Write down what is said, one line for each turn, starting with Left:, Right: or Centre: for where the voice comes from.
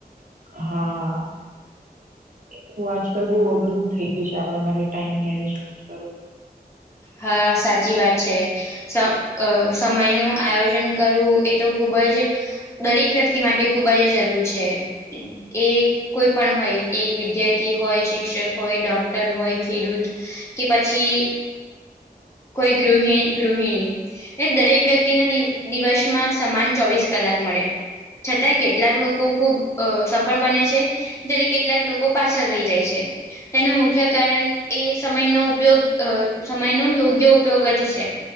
Right: હા. એ તો આજકાલ બહુ અઘરું થઈ ગયું છે આપણા માટે ટાઈમ મેનેજમેન્ટ કરવું.
Left: હા સાચી વાત છે. સ અ સમયનું આયોજન કરવું એ તો ખુબ જ દરેક વ્યક્તિ માટે ખૂબ જ જરૂર છે. એ કોઈ પણ હોય એક વિદ્યાર્થી હોય, શિક્ષક હોય, ડોક્ટર હોય, ખેડૂત કે પછી કોઈ ગૃહ ગૃહિણી. એ દરેક વ્યક્તિના દી દિવસમાં સમાન ચોવીસ કલાક મળે. છતાંય કેટલાક લોકો ખૂબ અ સફળ અ બને છે. જ્યારે કેટલાક લોકો પાછળ રહી જાય છે. તેનું મુખ્ય કારણ એ સમયનો ઉપયોગ અ સમયનોો યોગ્ય ઉપયોગ જ છે.